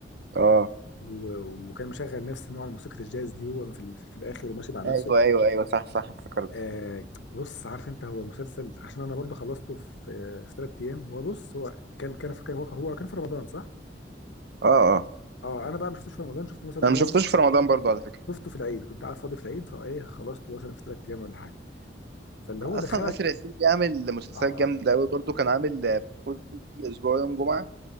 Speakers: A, on the right; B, on the left.
A: اه
B: و... وكان مشغل نفس نوع الموسيقى الجاز دي هو في, ال... في الاخر وماشي مع نفسه
A: ايوه ايوه ايوه صح صح افتكرت
B: آه بص عارف انت هو المسلسل عشان انا برضه خلصته في في ثلاث ايام هو بص هو كان كان في كان هو هو كان في رمضان صح؟
A: اه اه
B: اه انا بقى ما شفتوش في رمضان شفته مثلا
A: انا
B: ايه
A: ما شفتوش في رمضان برضو على فكره
B: شفته في العيد كنت قاعد فاضي في العيد فايه خلصته مثلا في ثلاث ايام ولا حاجه فاللي
A: اصلا
B: هو دخلك
A: اسر ياسين بيعمل مسلسلات
B: اه
A: جامده قوي برضو كان عامل آه، في كل اسبوع يوم جمعه